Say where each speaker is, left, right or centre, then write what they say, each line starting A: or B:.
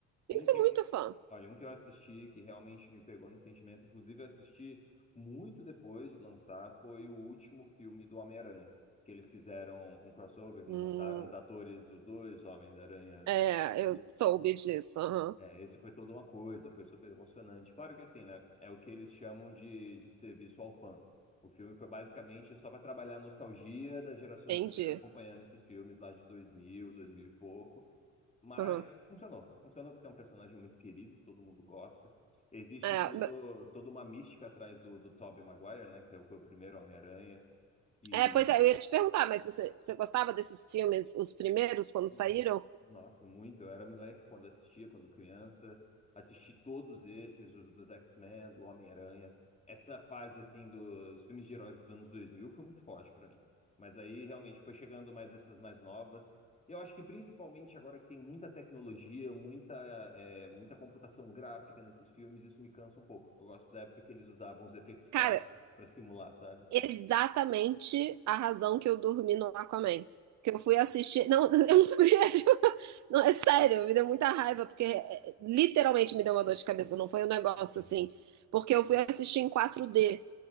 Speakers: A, on the left; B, on the right.
A: Um
B: Tem que ser
A: que
B: muito
A: eu,
B: fã.
A: olha, um que eu assisti que realmente me pegou no sentimento, inclusive eu assisti muito depois de lançar, foi o último filme do Homem-Aranha, que eles fizeram um crossover que
B: Hum,
A: juntaram os atores dos dois Homens-Aranhas
B: é,
A: passados
B: eu soube disso, aham.
A: É, esse foi toda uma coisa, foi super emocionante. Claro que assim, né? É o que eles chamam de, de serviço ao fã. O filme foi basicamente só para trabalhar a nostalgia das gerações
B: Entendi.
A: que vieram acompanhando esses filmes lá de 2000, 2000 e pouco. Mas
B: Aham.
A: funcionou. Funcionou porque é um personagem muito querido, todo mundo gosta. Existe
B: É,
A: todo, toda uma mística atrás do, do Tobey Maguire, né? Que é o- foi o primeiro Homem-Aranha. que
B: É, pois é, eu ia te perguntar, mas você, você gostava desses filmes, os primeiros, quando
A: Uhum.
B: saíram?
A: Nossa, muito. Eu era moleque quando assistia, quando criança. Assisti todos esses, os dos X-Men, do Homem-Aranha. Essa fase, assim, dos filmes de heróis dos anos 2000 foi muito forte pra mim. Mas aí, realmente, foi chegando mais essas mais novas. E eu acho que, principalmente agora que tem muita tecnologia, muita, é, muita computação gráfica nesses filmes, isso me cansa um pouco. Eu gosto da época que eles usavam os efeitos práticos
B: Cara,
A: pra simular, sabe?
B: exatamente a razão que eu dormi no Aquaman. Que eu fui assistir. Não, <laughs> eu não tô brincando. <laughs> Não, é sério, me deu muita raiva, porque é, é, literalmente me deu uma dor de cabeça. Não foi um negócio
A: Uhum.
B: assim. Porque eu fui assistir em 4D.